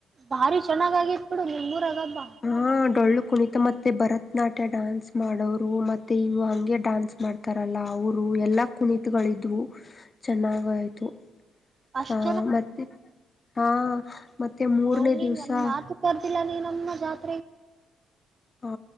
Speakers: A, on the right; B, on the left.
A: ಭಾರಿ ಚೆನ್ನಾಗಾಗಿತ್ ಬಿಡು ನಿಮ್ಮೂರಾಗ ಹಬ್ಬ
B: ಹಾ ಡೊಳ್ಳು ಕುಣಿತ ಮತ್ತು ಭರತ್ನಾಟ್ಯ ಡ್ಯಾನ್ಸ್ ಮಾಡೋರು ಮತ್ತೆ ಇವು ಹಾಗೆ ಡ್ಯಾನ್ಸ್ ಮಾಡ್ತಾರಲ್ಲ ಅವರು ಎಲ್ಲ ಕುಣಿತಗಳಿದ್ವು ಚೆನ್ನಾಗಯ್ತು
A: ಅಷ್ಟ್
B: ಹಾ ಮತ್ತೆ ಹಾ ಮತ್ತೆ ಮೂರನೇ
A: ನೋ ನೀನ್
B: ದಿವ್ಸ
A: ಒಂದ್ ಮಾತು ಕರ್ದಿಲ್ಲಾ ನೀ ನಮ್ಮ ಜಾತ್
B: ಹಾ